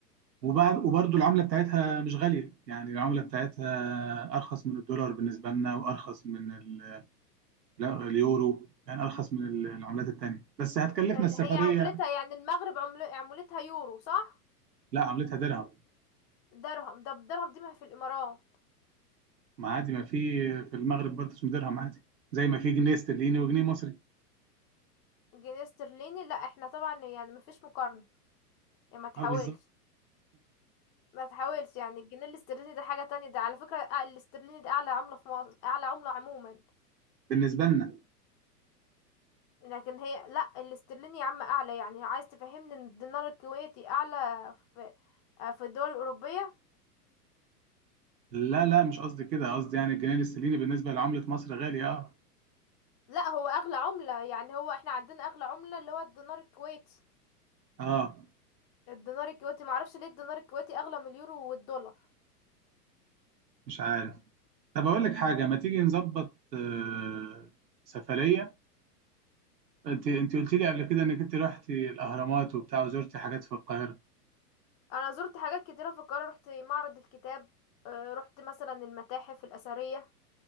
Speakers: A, on the right (about 80°); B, on the left (about 20°).
A: وبعد وبرضو العملة بتاعتها مش غالية يعني العملة بتاعتها أرخص من الدولار بالنسبة لنا وأرخص من ال- لا، اليورو يعني أرخص من ال- العملات التانية بس هتكلفنا
B: اللي
A: السفرية
B: هي عملتها يعني المغرب عمل... عملتها يورو صح
A: لا عملتها درهم
B: درهم ده بالدرهم دي ما هي في الامارات
A: ما عادي ما في في المغرب برضه اسمه درهم عادي زي ما في جنيه استرليني وجنيه مصري
B: جنيه استرليني لا احنا طبعا يعني ما فيش مقارنة يعني ما تحاولش
A: اه بالظبط
B: ما تحاولش يعني الجنيه الاسترليني ده حاجة تانية ده على فكرة أع- الاسترليني ده اعلى عملة في مصر اعلى عملة عموما
A: بالنسبة لنا
B: لكن هي لا الاسترليني يا عم اعلى يعني عايز تفهمني ان الدينار الكويتي اعلى في آه، في الدول الاوروبية
A: لا لا مش قصدي كده قصدي يعني الجنيه الاسترليني بالنسبة لعملة مصر غالي اه
B: لا هو اغلى عملة يعني هو احنا عندنا اغلى عملة اللي هو الدينار الكويتي
A: اه
B: الدينار الكويتي معرفش ليه الدينار الكويتي اغلى من اليورو والدولار
A: مش عارف طب اقول لك حاجة ما تيجي نظبط آه سفرية انت انت قلت لي قبل كده انك انت رحتي الاهرامات وبتاع وزرتي حاجات في القاهرة
B: انا زرت حاجات كتيره في القاهره رحت معرض الكتاب آه، رحت مثلا المتاحف الاثريه